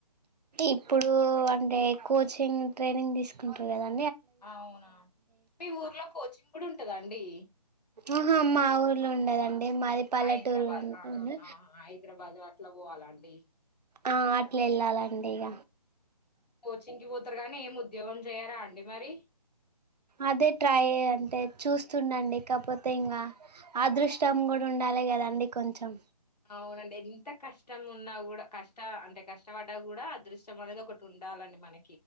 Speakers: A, on the right; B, on the left.
A: ఇప్పుడు అంటే కోచింగ్ ట్రైనింగ్ తీసుకుంటారు కదా
B: అవునా మీ ఊర్లో కోచింగ్ కూడా ఉంటదా అండి
A: ఆహా మా ఊర్లో ఉండదండి మాది పల్లెటూరు
B: హైదరాబాద్
A: ఉంటుంది.
B: ఆ హైదరాబాద్ అట్లా పోవాల ండి
A: ఆ అట్లు వెళ్ళాలండి ఇగ
B: కోచింగ్ కి పోతారు గానీ ఏం ఉద్యోగం చేయ్యారా అండి మరి
A: అదే ట్రై అంటే చూస్తుండండి కాకపోతే ఇంకా అదృష్టం కూడా ఉండాలి కదండి కొంచెం
B: అవునండి ఎంత కష్ట కష్టం ఉన్నా కూడా కష్ట అంటే కష్టపడ్డా కూడా అదృష్టం అనేది ఒకటి ఉండాలండి మన